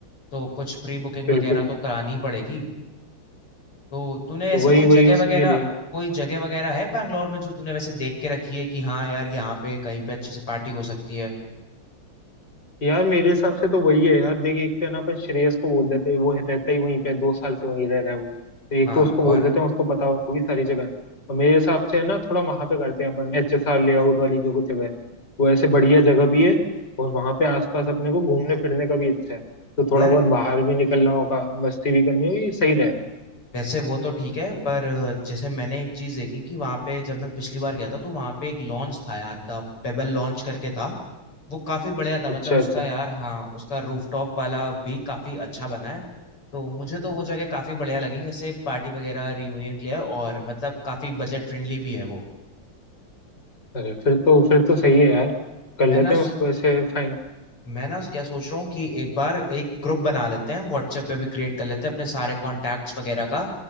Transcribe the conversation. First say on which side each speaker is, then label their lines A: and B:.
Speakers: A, on the left; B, on the left.
A: तो कुछ प्री बुकिंग
B: बिल्कुल
A: वगैरह तो करानी ही पड़ेगी तो तूने
B: तो
A: ऐसे
B: वही
A: कोई
B: वही
A: जगह
B: उसी
A: वगैरह
B: के लिए
A: कोई जगह वगैरह है बैंगलोर में जो तूने वैसे देख के रखी है कि हाँ यार यहाँ पे कहीं पे अच्छी से पार्टी हो सकती है
B: यार मेरे हिसाब से तो वही है यार देख एक तो है ना अपन श्रेयस को बोल देते हैं वो है- रहता ही वहीं पे दो साल से वहीं रह रहा है वो तो एक
A: हाँ
B: तो उसको बोल
A: और
B: देते हैं उसको पता होगी सारी जगह तो मेरे हिसाब से है ना थोड़ा वहां पे करते हैं अपन एच एस आर लेआउट वाली जो जगह है वो ऐसे बढ़िया जगह भी है और वहां पे आसपास अपने को घूमने फिरने का भी अच्छा है तो थोड़ा
A: यार
B: बहुत बाहर भी निकलना होगा मस्ती भी करनी होगी सही रहेगा
A: वैसे वो तो ठीक है पर जैसे मैंने एक चीज देखी कि वहां पे जब मैं पिछली बार गया था तो वहां पे एक लॉन्च था यार द पेबल लॉन्च करके था वो काफी बढ़िया था मतलब
B: अच्छा
A: उसका
B: अच्छा
A: यार हाँ उसका रूफटॉप वाला भी काफी अच्छा बना है तो मुझे तो वो जगह काफी बढ़िया लगी ऐसे पार्टी वगैरह रियूनियन के लिए और मतलब काफी बजट फ्रेंडली भी है वो
B: अरे फिर तो फिर तो सही है यार कर लेते
A: मैं ना
B: हैं उसको ऐसे फाइन
A: मैं ना क्या सोच रहा हूँ कि एक बार एक ग्रुप बना लेते हैं व्हाट्सएप पे भी क्रिएट कर लेते हैं अपने सारे कॉन्टैक्ट्स वगैरह का